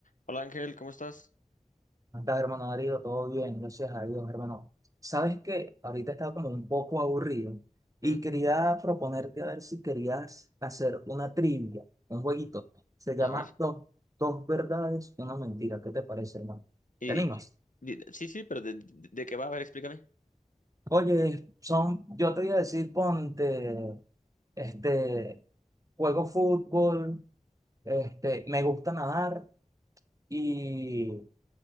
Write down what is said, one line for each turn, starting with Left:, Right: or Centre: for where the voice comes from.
Left: Hola Ángel, ¿cómo estás?
Right: ¿Cómo estás, hermano Darío? Todo bien, gracias a Dios, hermano. Sabes que ahorita estaba como un poco aburrido y
Left: Mm,
Right: quería proponerte a ver si querías hacer una trivia, un jueguito. Se llama
Left: A ver,
Right: Dos, dos verdades, una mentira. ¿Qué te parece, hermano?
Left: y,
Right: ¿Te animas?
Left: y- di- sí, sí, pero de, de- de qué va? A ver, explícame.
Right: Oye, son, yo te voy a decir, ponte, este, juego fútbol, este, me gusta nadar y